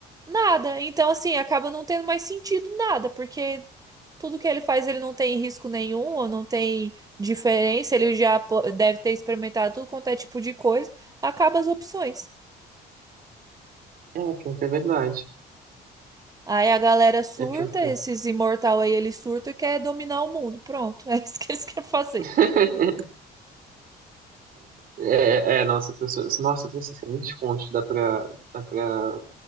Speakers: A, on the right; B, on the right.
A: Nada. Então, assim, acaba não tendo mais sentido nada, porque tudo que ele faz, ele não tem risco nenhum, ou não tem diferença, ele já po- deve ter experimentado tudo quanto é tipo de coisa, acaba as opções.
B: É, pior que é verdade.
A: Aí a galera surta,
B: É pior que
A: esses
B: é.
A: imortal aí, ele surta e quer dominar o mundo. Pronto, <laughs> é isso que eles <laughs> querem fazer.
B: <laughs> É, é, nossa, professor, nossa, professor, tem muitos pontos que dá pra, dá pra,